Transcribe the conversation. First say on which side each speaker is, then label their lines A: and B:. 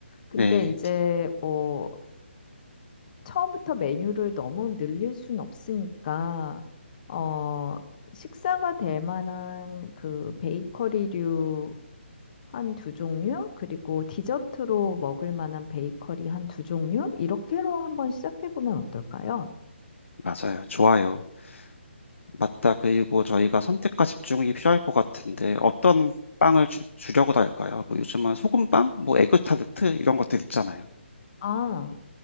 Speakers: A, on the left; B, on the left.
A: 근데
B: 네,
A: 이제 뭐 처음부터 메뉴를 너무 늘릴 순 없으니까, 어, 식사가 될 만한 그 베이커리류 한 두 종류, 그리고 디저트로 먹을 만한 베이커리 한 두 종류, 이렇게로 한번 시작해 보면 어떨까요?
B: 맞아요. 좋아요. 맞다. 그리고 저희가 선택과 집중이 필요할 것 같은데 어떤 빵을 주, 주려고 할까요? 뭐 요즘은 소금빵, 뭐 에그타르트 이런 것들 있잖아요.
A: 아,